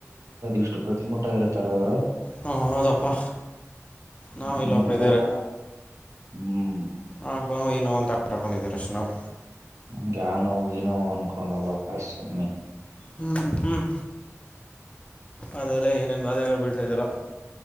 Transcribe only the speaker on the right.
ಎಷ್ಟು ಗುಟ್ಟ ಮುಟ್ಟಾಗಿರ್ತಾರೆ ಅವರು
ನಮ್
ನೋಡಪ್ಪ
ಹ್ಮ್
ನಮ್ಗೆ ಯ ನೋ ನೋವು ಅನ್ಕೊಂಡ ಹೋಗ ಪರಸ್ವಾಮಿ